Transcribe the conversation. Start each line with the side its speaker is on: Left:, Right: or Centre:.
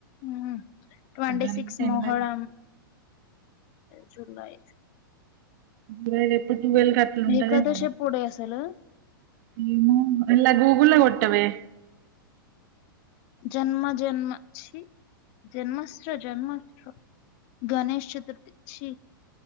Left: ఉమ్ ట్వంటి
Right: పొద్దున
Left: సిక్స్ మోహరం
Right: ఎండల
Left: జూలై
Right: బ్రైడెప్పు వీళకట్ల ఉంటదేమొనె
Left: ఏకాదశి ఎప్పుడే అసలు
Right: <unintelligible> ఊళ్ళొ కొట్టవే
Left: జన్మ జన్మ చి జన్మాశ్ర జన్మాష్ట్ర గణష్ చతుర్థీ ఛ్ఛీ